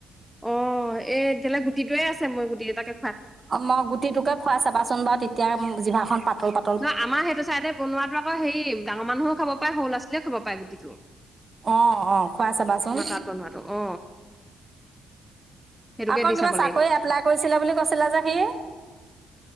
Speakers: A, in the centre; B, on the right.
A: অ এ তেতিয়াহ'লে গুটিটোৱয়ে আছে মই গুটিটো তাকে
B: অ মই গুটিটোকে খুৱাই চাবাচোন বাৰু এতিয়া জিভাখন পাতল পাত
A: নহয় আমাৰ সেইটো চাইডে বনোৱাতো আকৌ হেৰি ডাঙৰ মানুহো খাব পায় সৰু ল আছিলীয়েও খাব পায় গুটিটো
B: আহ অ খুৱাই চাবাচোন
A: আমাৰ তাত বনোৱাটো অ সেইটোকে
B: আকৌ
A: দি
B: কিবা
A: চাব
B: চাকৰি
A: লাগিব
B: এপ্লাই কৰিছিলে বুলি কৈছিলা যে সি